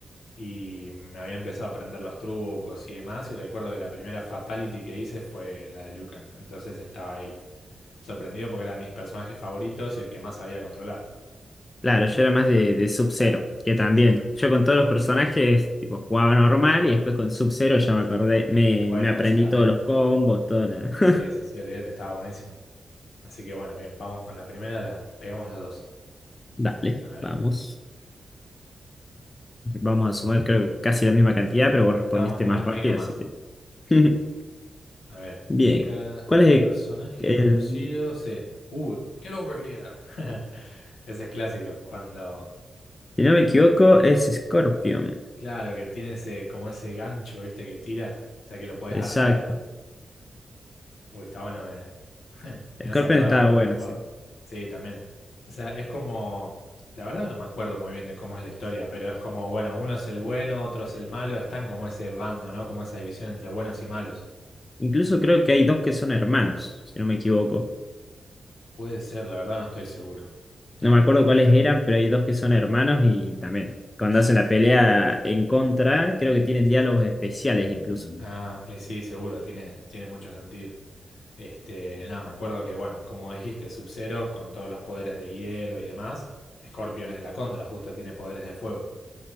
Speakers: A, on the left (about 85°); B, on the left (about 30°).
A: Y me había empezado a aprender los trucos y demás. Y recuerdo que la primera fatality que hice fue la de Liu Kang. Entonces estaba ahí, sorprendido porque era de mis personajes favoritos y el que más sabía controlar.
B: claro, yo era más de, de Sub-Zero, que también. Yo con todos los personajes, tipo, jugaba normal y después con Sub-Zero ya me perdí, me,
A: Bueno,
B: me aprendí
A: ese también.
B: todos los combos, toda la... <laughs>
A: Sí, sí, sí, olvídate, estaba buenísimo. Así que bueno, bien, vamos con la primera, la pegamos los dos.
B: Dale,
A: A ver,
B: vamos. Vamos a sumar, creo, casi la misma cantidad, pero vos respondiste
A: estamos a-
B: más rápido,
A: ahí nomás.
B: así que... <laughs>
A: A ver,
B: Bien,
A: ¿qué cara,
B: ¿cuál
A: qué
B: es el...
A: personaje
B: el-
A: es conocido? Sí. Uh, get over here. <laughs> Ese es clásico, cuando,
B: Si no me equivoco, es Scorpion.
A: claro, que tiene ese, como ese gancho, ¿viste? Que tira, o sea que lo podés
B: Exacto.
A: atraer. Uy, está bueno, me, <laughs> me
B: Scorpion
A: hace acordar
B: estaba
A: a cuando
B: bueno,
A: lo jugaba.
B: sí.
A: Sí, también. O sea, es como, la verdad que no me acuerdo muy bien de cómo es la historia, pero es como, bueno, uno es el bueno, otro es el malo, están como ese bando, ¿no? Como esa división entre buenos y malos.
B: Incluso creo que hay dos que son hermanos, si no me equivoco.
A: Puede ser, la verdad no estoy seguro. Nada,
B: No
A: me
B: me acuerdo
A: acuerdo
B: cuáles
A: que...
B: eran, pero hay dos que son hermanos y también cuando
A: Sí,
B: hacen la
A: sí.
B: pelea en contra, creo que tienen diálogos especiales incluso.
A: Ah, eh, sí, seguro, tiene, tiene mucho sentido. Este, nada, me acuerdo que, bueno, como dijiste, Sub-Zero con todos los poderes de hielo y demás, Scorpion es la contra, justo tiene poderes de fuego.